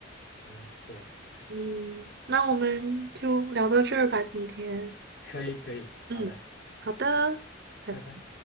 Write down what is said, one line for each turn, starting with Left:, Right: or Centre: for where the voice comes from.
Left: 嗯，对，
Right: 嗯，那我们就聊到这儿吧，今天，
Left: 可以可以，
Right: 嗯，
Left: 好的，
Right: 好的，拜拜。
Left: 拜拜。